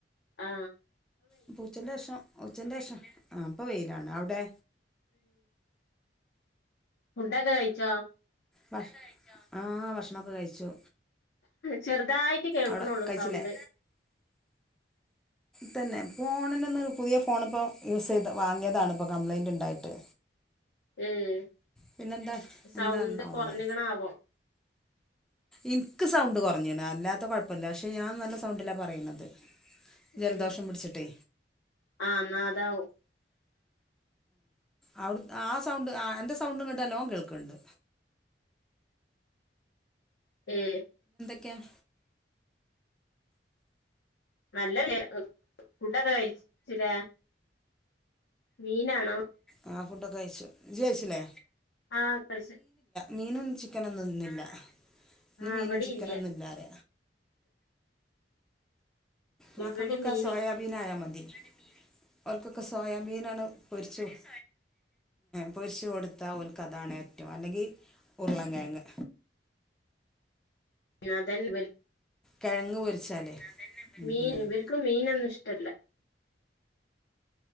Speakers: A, on the left; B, in the centre.
A: ആ
B: ഇപ്പൊ ഉച്ചന്റെ ശേഷം ഉച്ചന്റെ ശേഷം ആ ഇപ്പ വെയിലാണ് അവിടെ
A: ഫുഡക്കെ കഴിച്ച
B: ഭക്ഷണക്കെ കഴിച്ചോ. ആ ഭക്ഷണംക്കെ കഴിച്ചു
A: ചെറുതായിട്ട് കേൾക്കണള്ളു
B: അവിടെ കഴിച്ചില്ലേ
A: സൗണ്ട്
B: തന്നെ ഫോണിൽന്ന പുതിയ ഫോണ ഇപ്പോ യൂസ് ചെയ്ത് വാങ്ങിയതണിപ്പോ കംപ്ലൈന്റ് ഉണ്ടായിട്ട്
A: ഉം
B: പിന്നെ എന്താ
A: സൗണ്ട്
B: എന്താണോ
A: കുറഞ്ഞിക്കണാവോ
B: അതെ ഇനിക്ക് സൗണ്ട് കുറ കുറഞ്ഞതണ് അല്ലാത്ത കുഴപ്പമില്ല പക്ഷെ ഞാൻ നല്ല സൗണ്ടില്ല പറയുന്നത് ജലദോഷം
A: ഉ
B: പിടിച്ചിട്ടേ
A: ആന്നാ അതാവും
B: ആ അവി ആ സൗണ്ട് എന്റെറെ സൗണ്ട് ഇങ്ങട്ട നല്ലോം കേൾക്കണ്ട്
A: <unintelligible> ഉം
B: ക്കെ ഉം
A: നല്ല ഫുഡൊക്കെ കഴിച്ചില്ലേ മീനാണോ
B: ആ ഫുഡൊക്കെ അയച്ചു ഇജി കയച്ചില്ലേ
A: ആ കഴിച്ചു
B: മീനും ചിക്കനൊന്നുംന്നില്ല ഇന്ന്
A: ആഹ്
B: മീനും
A: ഇവിടെ
B: ചിക്കനൊന്നും
A: ഇല്ല
B: ഇല്ലാല മക്കക്ക്
A: ഇവിടെ
B: ഒക്കെ
A: മീന്
B: സോയാബീൻ ആയാ മതി അവർക്കൊക്കെ സോയാബീന ആണ് പൊരിച്ചു കൊടുക്കുന്നത്
A: ഉ
B: പൊരിച്ച് കൊടുത്ത ഓർക്ക് അതാണ് ഏറ്റവും ഇഷ്ടംഅല്ലെങ്കിൽ ഉരുളൻകഴങ്ങ്
A: ആതന്നെ ബ
B: കിഴങ്ങ് പൊരിച്ചാലേ ഉം
A: മീൻ
B: ഉം
A: ഇവർക്ക്മീനൊന്നും ഇഷ്ടല്ല